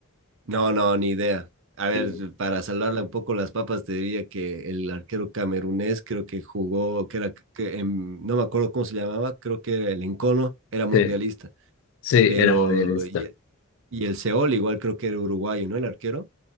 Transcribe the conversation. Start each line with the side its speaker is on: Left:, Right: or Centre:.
Right: No, no, ni idea. A ver,
Left: fue.
Right: para salvarle un poco las papas, te diría que el arquero camerunés creo que jugó, que era, que en- no me acuerdo cómo se llamaba, creo que era el Encono, era mundialista,
Left: sí, sí,
Right: pero,
Left: era mundialista.
Right: y, y el Seol igual creo que era uruguayo, ¿no? El arquero.